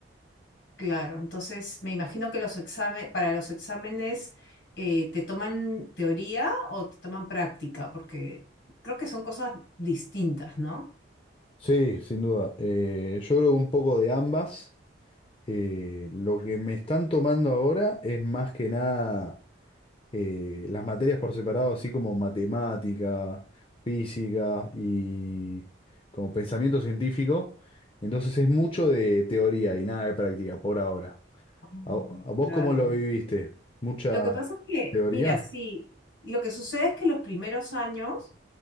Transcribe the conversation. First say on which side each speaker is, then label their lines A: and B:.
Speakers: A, on the left; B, on the left.
A: Claro, entonces me imagino que los exámenes, para los exámenes, eh, ¿te toman teoría o te toman práctica? Porque creo que son cosas distintas, ¿no?
B: Sí, sin duda. Eh, yo creo que un poco de ambas. Eh, lo que me están tomando ahora es más que nada eh, las materias por separado, así como matemática, física y como pensamiento científico. Entonces es mucho de teoría y nada de práctica por ahora.
A: Mm,
B: ¿A, a vos
A: Claro.
B: cómo lo viviste? ¿Mucha
A: Lo que pasa es que,
B: teoría?
A: mira, sí, lo que sucede es que los primeros años